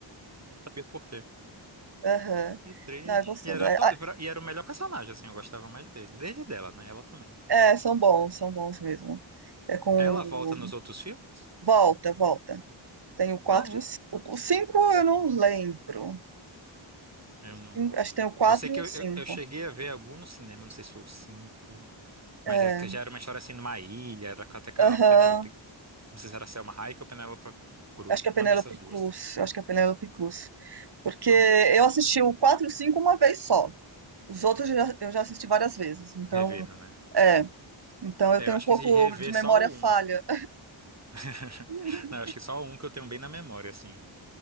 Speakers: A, on the right; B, on the right.
A: sabia por quê.
B: Aham.
A: E três.
B: Não, é gostoso.
A: E era
B: É,
A: tão,
B: ah,
A: e era o melhor personagem, assim, eu gostava mais dele. Dele e dela, né? Ela também.
B: é, são bons, são bons mesmo. É com.
A: Ela
B: o-
A: volta nos outros filmes?
B: Volta, volta. Tem o quatro
A: Ah, é?
B: e o 5.
A: Ah.
B: O 5 eu não lembro.
A: Eu não
B: Cin-
A: lembro.
B: Acho que tem o 4
A: Eu sei que
B: e o
A: eu,
B: cinco
A: eu, eu cheguei a ver algum no cinema, não sei se foi o 5. Mas
B: É.
A: é que já era uma história assim numa ilha, era com- até aquela
B: Aham.
A: Penélope. Não sei se era Selma Hayek ou Penélope Cruz.
B: Acho que
A: Uma
B: é Penélope
A: dessas duas.
B: Cruz. Acho que é Penélope Cruz. Porque
A: Pronto.
B: eu assisti o 4 e o 5 uma vez só. Os outros eu já eu já assisti várias vezes. Então,
A: Revendo, né?
B: é. Então
A: É,
B: eu tenho
A: eu acho
B: um pouco
A: que se rever
B: de memória
A: só
B: falha.
A: um. <laughs>
B: <laughs>
A: Não, eu acho que só um que eu tenho bem na memória, assim.